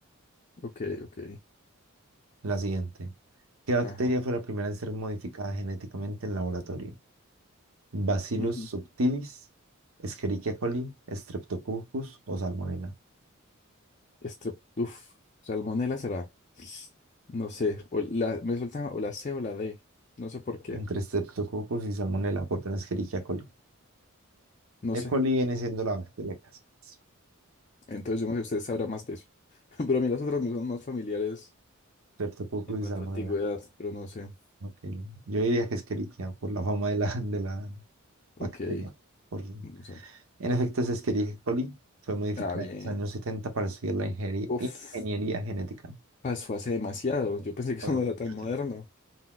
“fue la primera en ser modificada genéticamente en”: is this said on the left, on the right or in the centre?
Right